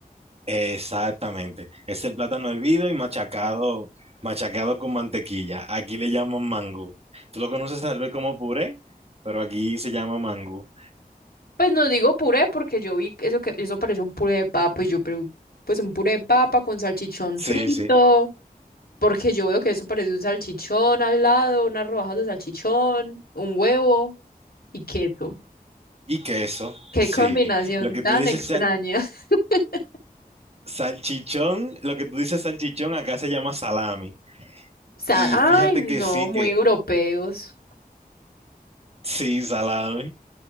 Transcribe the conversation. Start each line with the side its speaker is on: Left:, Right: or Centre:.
Right: exactamente. Es el plátano hervido y machacado, machacado con mantequilla. Aquí le llaman mangú. Tú lo conoces tal vez como puré, pero aquí se llama mangú.
Left: Pues no digo puré porque yo vi eso que eso parece un puré de papa y yo pero pues un puré de papa con salchichón frito,
Right: Sí, sí.
Left: porque yo veo que eso parece un salchichón al lado, unas rodajas de salchichón, un huevo y queso.
Right: Y queso,
Left: Qué
Right: sí.
Left: combinación
Right: Lo que
Left: tan
Right: tú dices
Left: extraña.
Right: sal-
Left: <laughs>
Right: salchichón, lo que tú dices salchichón acá se llama salami.
Left: Sal-
Right: Y
Left: Ay,
Right: fíjate
Left: no,
Right: que sí,
Left: muy
Right: que
Left: europeos.
Right: sí, salami.